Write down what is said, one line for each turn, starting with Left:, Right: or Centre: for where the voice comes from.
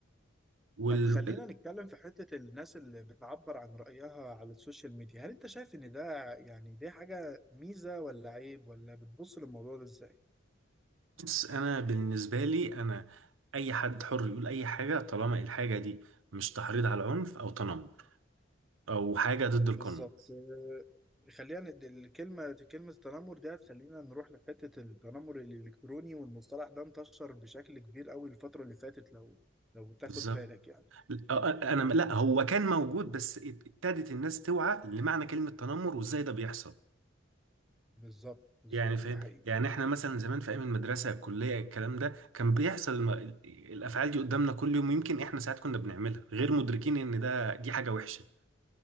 Right: وال
Centre: طب خلينا نتكلم في حتة الناس اللي بتعبر عن رأيها على السوشيال ميديا هل انت شايف ان ده يعني دي حاجة ميزة ولا عيب ولا بتبص للموضوع ده ازاي
Right: بص انا بالنسبه لي انا اي حد حر يقول اي حاجه طالما الحاجه دي مش تحريض على عنف او تنمر او حاجه ضد القانون
Centre: بالظبط آه، خلينا ند- الكلمة كلمة التنمر دي خلينا نروح لحتة التنمر الإلكتروني والمصطلح ده انتشر بشكل كبير قوي الفترة اللي فاتت لو لو تاخد
Right: بالظبط
Centre: بالك يعني
Right: أ- انا لا
Centre: ال-
Right: هو كان موجود بس ابتدت الناس توعى لمعنى كلمه تنمر وازاي ده بيحصل
Centre: بالظبط بالظبط
Right: يعني فاهم
Centre: دي حقيقة
Right: يعني احنا مثلا زمان في ايام المدرسه الكليه الكلام ده كان بيحصل الم... الافعال دي قدامنا كل يوم ويمكن احنا ساعات كنا بنعملها غير مدركين ان ده دي حاجه وحشه